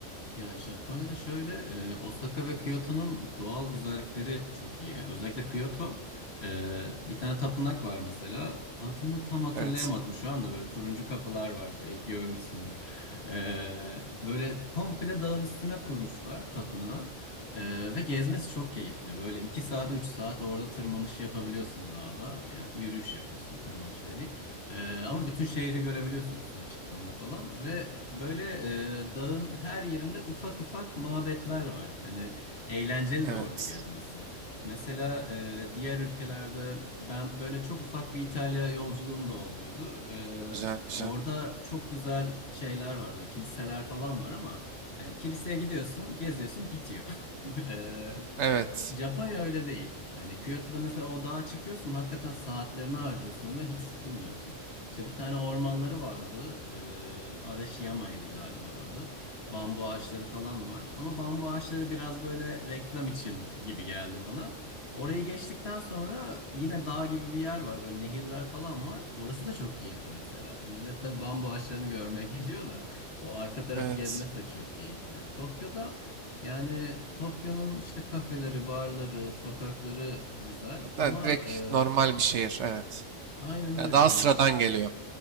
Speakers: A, on the left; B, on the right.
A: Ya Japonya'da şöyle e, Osaka ve Kyoto'nun doğal güzellikleri çok iyi. Yani özellikle Kyoto e, bir tane tapınak var mesela. Adını tam hatırlayamadım
B: Evet.
A: şu anda böyle turuncu kapılar var belki görmüşsündür. E, böyle komple dağın üstüne kurmuşlar tapınağı. E, ve gezmesi çok keyifli. Böyle 2 saat 3 saat orada tırmanış yapabiliyorsun dağda. Yani yürüyüş yapıyorsun tırmanış dediğim. Ee, ama bütün şehri görebiliyorsun üstüne çıktığında falan ve böyle e, dağın her yerinde ufak ufak mabetler var. Hani eğlenceli
B: Evet.
A: de orada gezmesi. Mesela e, diğer ülkelerde ben böyle çok ufak bir İtalya yolculuğum da olduydu. Ee,
B: Güzel güzel.
A: orada çok güzel şeyler var böyle kiliseler falan var ama hani kiliseye gidiyorsun, geziyorsun, bitiyor. <laughs> Ee,
B: Evet.
A: Japonya öyle değil. Yani Kyoto'da mesela o dağa çıkıyorsun, hakikaten saatlerini harcıyorsun ve hiç sıkılmıyorsun. İşte bir tane ormanları vardı. Ee, Arashiyama'ydı galiba adı. Bambu ağaçları falan var. Ama bambu ağaçları biraz böyle reklam için gibi geldi bana. Orayı geçtikten sonra yine dağ gibi bir yer var. Böyle nehirler falan var. Orası da çok keyifli mesela. Millet de bambu ağaçlarını görmeye <laughs> geliyor da o arka tarafı
B: Evet.
A: gezmesi de çok keyifli. Tokyo'da yani Tokyo'nun işte kafeleri, barları, sokakları güzel ama
B: Da, direkt
A: e,
B: normal bir şehir. Evet.
A: aynen öyle
B: Ya daha
A: hani
B: sıradan
A: ş-
B: geliyor.